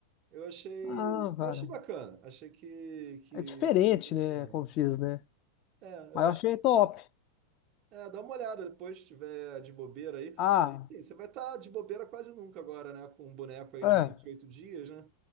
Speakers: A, on the right; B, on the left.
A: Eu achei,
B: Ah, cara.
A: eu achei bacana. Achei que, que
B: É diferente, né?
A: É,
B: Como se diz, né?
A: é,
B: Mas
A: eu acho
B: eu achei
A: que.
B: top.
A: É, dá uma olhada depois, se tiver de bobeira aí.
B: Ah,
A: Sim, você vai estar de bobeira quase nunca agora, né? Com um boneco aí
B: é.
A: de vinte e oito dias, né?